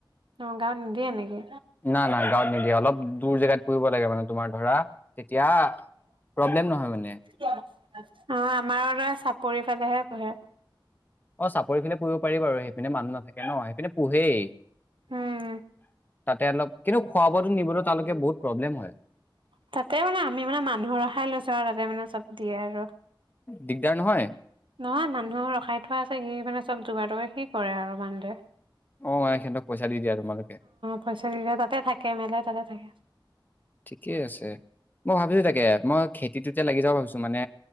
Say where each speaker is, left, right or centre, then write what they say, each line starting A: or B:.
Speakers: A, on the right; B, on the left.
A: অ', গাঁৱত নিদিয়ে নেকি?
B: না না গাঁৱত নিদিয়ে। অলপ দূৰ জেগাত পুহিব লাগে মানে তোমাৰ ধৰা তেতিয়া প্ৰব্লেম নহয় মানে।
A: অ', আমাৰ <unintelligible> চাপৰি ফালেহে পুহে।
B: অ, চাপৰি ফালে পুহিব পাৰি আৰু সেইপিনে মানুহ নাথাকে ন' সেইপিনে পোহেই।
A: উম
B: তাতে অলপ, কিন্তু খোৱা-বোৱাতো নিবলৈ তালৈকে বহুত প্ৰব্লেম হয়।
A: তাতে মানে আমি মানে মানুহ ৰখাই লৈছো আৰু তাতে মানে চব দিয়ে আৰু।
B: দিগদাৰ নহয়?
A: নহয় মানুহ ৰখাই থোৱা আছে, সি মানে চব যোগাৰ-টোগাৰ সি কৰে আৰু মানুহটোৱে।
B: অ', মানে সিহঁতক পইচা দি দিয়া তোমালোকে।
A: পইছা দি দিয়ে তাতে থাকে মেলে তাতে থাকে।
B: ঠিকেই আছে। মই ভাবিছো তাকে মই খেতিটোতে লাগি যাওঁ ভাবিছো। মানে